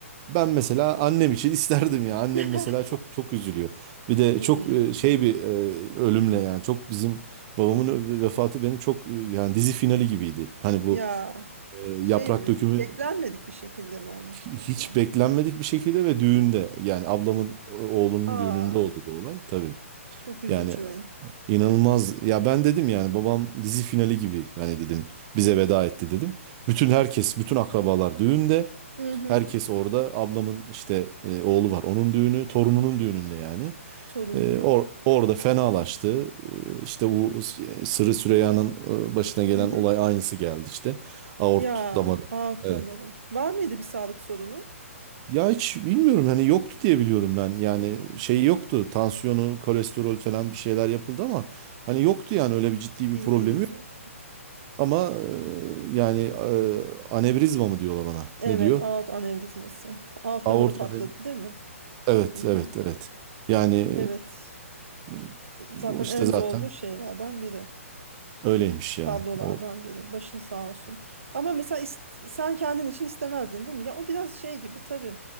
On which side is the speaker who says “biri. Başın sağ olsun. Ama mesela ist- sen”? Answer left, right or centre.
Right